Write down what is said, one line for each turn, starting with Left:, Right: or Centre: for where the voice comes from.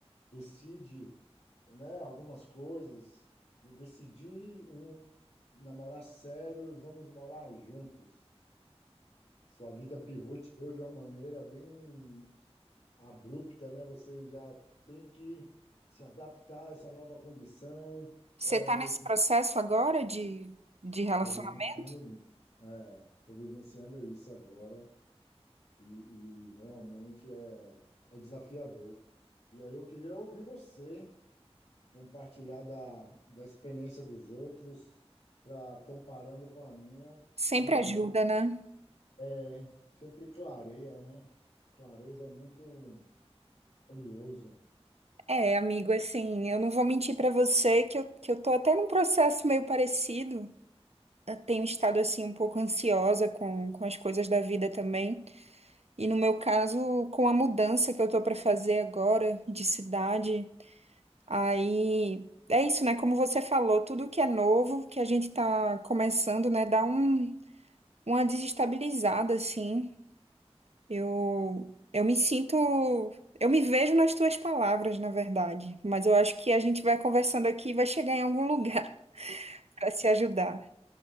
Left: decide, né, algumas coisas. Eu decidi um, namorar sério e vamos morar juntos. Sua vida pivotou de uma maneira bem abrupta, né? Você já tem que se adaptar a essa nova condição.
Right: Você
Left: É,
Right: tá nesse
Left: estou
Right: processo agora de, de relacionamento?
Left: vivenciando isso. É, estou vivenciando isso agora e, e realmente é, é desafiador. E aí eu queria ouvir você compartilhar da, da experiência dos outros para comparando com a minha,
Right: Sempre
Left: eu encontro
Right: ajuda, né?
Left: é, sempre clareia, né? Clareza é muito Valioso.
Right: É, amigo, assim, eu não vou mentir pra você que eu, que eu tô até num processo meio parecido. Eu tenho estado, assim, um pouco ansiosa com, com as coisas da vida também. E no meu caso, com a mudança que eu tô pra fazer agora de cidade. Aí é isso, né? Como você falou, tudo que é novo, que a gente tá começando, né, dá um, uma desestabilizada, assim. Eu, eu me sinto, eu me vejo nas tuas palavras, na verdade. Mas eu acho que a gente vai conversando aqui e vai chegar em algum lugar <laughs> para se ajudar.